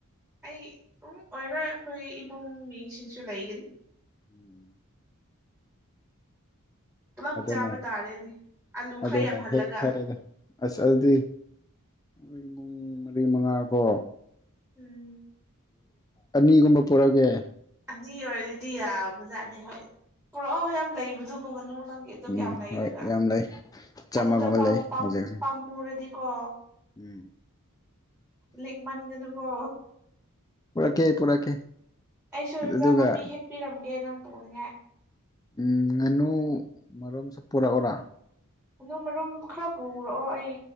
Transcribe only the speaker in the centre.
ꯑꯩ ꯎꯝ ꯑꯣꯏꯔ‌ꯣꯏ ꯑꯩꯈꯣꯏ ꯏꯃꯨꯡ ꯃꯤꯁꯤꯡꯁꯨ ꯂꯩꯒꯅꯤ
ꯄꯨꯂꯞ
ꯆꯥꯕ ꯇꯥꯔꯦꯅꯦ ꯑꯂꯨ ꯈꯔ
ꯌꯥꯝꯍꯜꯂꯒ
ꯎꯝ
ꯑꯅꯤ ꯑꯣꯏꯔꯗꯤ ꯌꯥꯕꯖꯥꯠꯅꯤ ꯍꯣꯏ ꯄꯨꯔꯛꯑꯣ ꯍꯣꯏ ꯌꯥꯝ ꯂꯩꯕꯗꯨꯕꯨ ꯉꯥꯅꯨ ꯅꯪ ꯑꯗꯨꯛ
ꯌꯥꯝ ꯂꯩꯔꯒ
ꯑꯗꯨꯗ ꯐꯥꯎ
ꯄꯥꯝ
ꯄꯥꯝꯃꯨꯔꯗꯤ ꯀꯣ
ꯂꯤꯛꯃꯟꯒꯅꯨꯀꯣ
ꯑꯩꯁꯨ ꯍꯤꯟꯖꯥꯡ
ꯅꯥꯄꯤ ꯍꯦꯛꯄꯤꯔꯝꯒꯦ ꯅꯪ ꯄꯨꯅꯤꯡꯉꯥꯏ
ꯉꯅꯨ ꯃꯔꯨꯝ ꯈꯔ ꯄꯨꯔꯛꯑꯣ ꯑꯩ